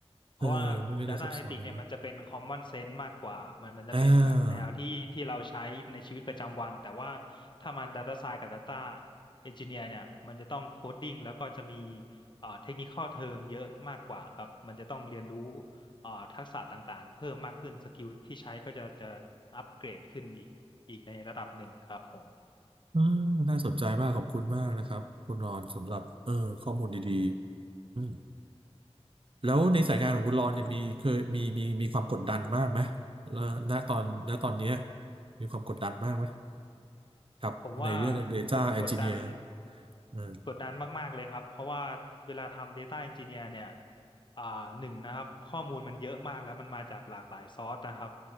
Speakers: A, on the left; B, on the right.
A: เพราะว่า
B: เออไม่ไม่ได้ซับซ้อนเลยมาก
A: Data Analytics เนี่ยมันจะเป็น common sense มากกว่ามันมันจะเป็นแบบแนวที่ที่เราใช้ในชีวิตประจำวันแต่ว่า
B: อ่า
A: ถ้ามา Data Science กับ Data Engineer เนี่ยมันจะต้อง coding แล้วก็จะมีเอ่อ technical term เยอะมากกว่าครับมันจะต้องเรียนรู้เอ่อทักษะต่างๆเพิ่มมากขึ้นสกิลที่ใช้ก็จะจะอัปเกรดขึ้นอีกอีกในระดับหนึ่งครับผม
B: อ่าน่าสนใจมากขอบคุณมากนะครับคุณรอนสำหรับเออข้อมูลดีๆอืมแล้วในสายงานของคุณรอนเนี่ยมีเคยมีมีมีความกดดันมากไหมแล้วณตอนณตอนเนี้ยมีความกดดันมากไหมครับในเรื่อง
A: ผมว่า
B: Data
A: กดกดดัน
B: Engineer เออ
A: กดดันมากๆเลยครับเพราะว่าเวลาทำ Data Engineer เนี่ยอ่าหนึ่งนะครับข้อมูลมันเยอะมากแล้วมันมาจากหลากหลายซอร์สนะครับ